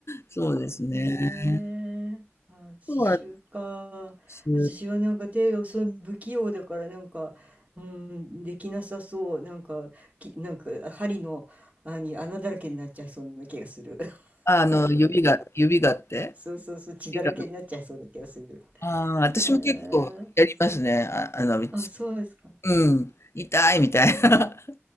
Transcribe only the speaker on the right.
へえ、あ、刺繍か。
私はなんか手がその不器用だからなんか、うん、できなさそう。なんか、き、なんか針の、あに穴だらけになっちゃいそうな気がする。<laughs>
なんとなく。
そうそうそう、血だらけになっちゃいそうな気がする。
へえ、
あ、そうですか。